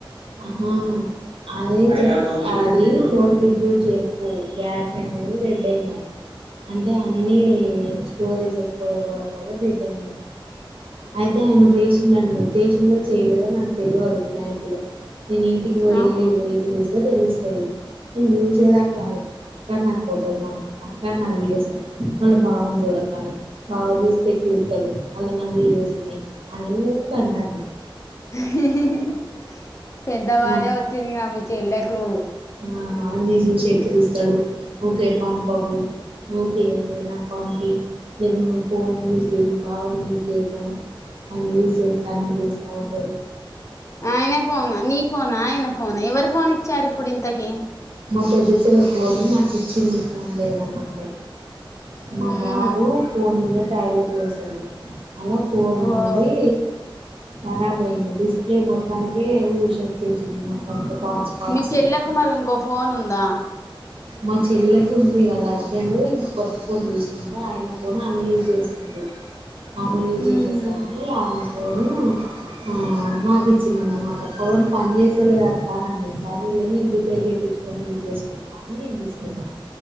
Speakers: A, on the right; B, on the left.
A: ఆహా అదే చె అది ఫోన్ రివ్యూ చెస్తే బ్యాటిరీ అనేది రెడ్ అయిందట అంటే అన్ని స్టోరేజ్ ఎక్కువ ఇవ్వడం వల్ల డెడ్ అయింది అయితే ఆయన చేసిండనరు చేసిండో ఎందదో నాకు తెల్వదు క్లారిటీగా నేను ఇంటికి పోయి
B: ఆహా
A: వెళ్ళి పోయి చూస్తే తెలుస్తది సరే నేను మంచిదాని కధు అక్కడ నాకు ఫొటోస్ పంపు అక్క నాకు వీడియోస్ పంపు మళ్ళీ బావని చూడకను బావ చూస్తే ఎక్కిరిస్తడు అలా నా వీడియోస్ ఉన్నయి అల ఊరకంటంది
B: హే హే హే హే పెద్దవాళ్ళే
A: నాకు
B: వచ్చిండ్రు గా మీ చెల్లెకు
A: ఆ ఆవిజూసి ఎక్కిరిస్తు తడు ఊకే పంపకు ఓకే నా పంపి నిన్న నువ్వు ఫోన్ జేసీ బావను యూజ్ చేయకను ఆయన యూజ్ చేస్త అన్ని చూస్తా ఉంటడు
B: ఆయన ఫోనా నీ ఫోనా ఆయన ఫోనా ఎవరు ఫోన్ ఇచ్చారు ఇప్పుడింతకి
A: మా పెద్ద చెల్లె ఫోన్ని నాకు ఇచ్చింది ఫోన్ లేదని అంటే
B: ఉహుం.
A: మా బాబు ఫోన్ మీద టాయిలెట్ పోశాడు అలా ఫోన్ అనేది
B: ఓ
A: కరాబ్ అయింది డిస్ప్లే మొత్తానికే ఊష్ చేసింది మొత్తానికే పాార్ట్స్ పాార్ట్స్
B: మీ చెల్లెకు
A: గ
B: మరి ఇంకో ఫోన్ ఉందా
A: మా చెల్లె ఉంది వాళ్ళ హస్బెండ్ ఇంక కొత్త ఫోన్ తీసుకుంటే ఆయన ఫోన్ ఆమె యూజ్ చేస్తు స్తుంది ఆమె యూజ్
B: ఉహుం.
A: చేసేసరికి ఆమె ఫోను ఆ మాకిచ్చిందనమాట ఫోన్ పని చేస్తలేదక్కా నన్నీసారి లె నేను రిపేర్ జేపిచుకొని యూస్ చేసుకుంట అని నేను తీసుకున్నా